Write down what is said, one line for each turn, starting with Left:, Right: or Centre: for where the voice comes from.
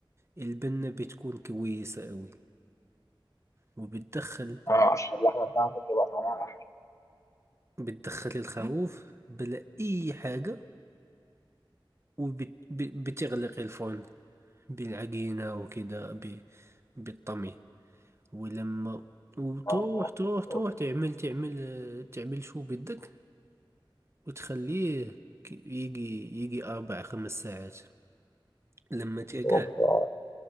Right: البنة بتكون كويسة قوي وبتدخل
Left: اه عشان اللحمه بتاعته بتبقى طعمها احلى
Right: بتدخل الخروف بلا اي حاجة وبتغلق الفرن بالعجينة وكده ب- بالطمي ولما وتروح
Left: اه اه
Right: تروح تروح
Left: اوف
Right: تعمل تعمل تعمل شو بدك وتخليه كي- يجي يجي أربع خمس ساعات لما تيقع
Left: اوف آه.